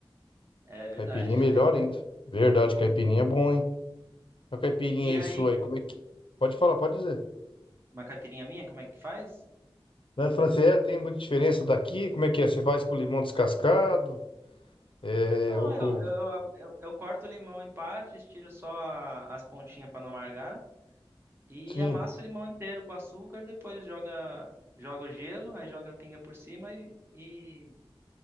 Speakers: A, on the right; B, on the left.
A: É verdade.
B: Caipirinha é melhor ainda. Verdade, caipirinha é bom, hein? A caipirinha
A: E aí,
B: aí sua aí, como é que. Pode falar, pode dizer.
A: uma caipirinha minha, como é que faz?
B: Na França, é, tem muita diferença daqui? Como é que é? Você faz com limão descascado? É,
A: Não,
B: o cu-
A: eu, eu, eu, eu corto o limão em partes, tiro só a- as pontinhas pra não amargar e
B: Sim.
A: amasso o limão inteiro com açúcar, depois joga, joga o gelo, aí joga a pinga por cima e, e,